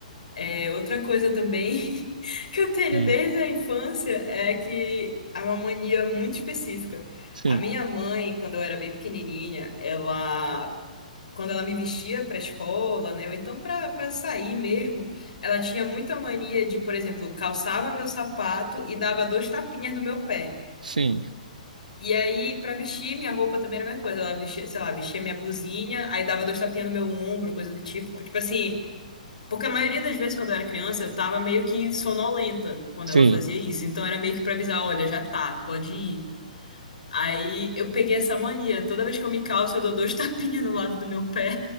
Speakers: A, on the left; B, on the right.
A: É, outra coisa também <laughs> que eu tenho
B: Sim,
A: desde a infância é que é uma mania muito específica.
B: sim,
A: A minha mãe, quando eu era bem pequenininha, ela, quando ela me vestia para escola, né, ou então para para sair mesmo, ela tinha muita mania de, por exemplo, calçava meu sapato e dava dois tapinhas no meu pé.
B: sim.
A: E aí, pra vestir, minha roupa também era a mesma coisa. Ela vestia, sei lá, vestia minha blusinha, aí dava dois tapinhas no meu ombro, coisa do tipo. Tipo assim, porque a maioria das vezes quando eu era criança, eu tava meio que sonolenta quando
B: sim.
A: ela fazia isso. Então era meio que pra avisar, olha, já tá, pode ir. Aí eu peguei essa mania. Toda vez que eu me calço, eu dou dois <laughs> tapinhas no lado do meu pé,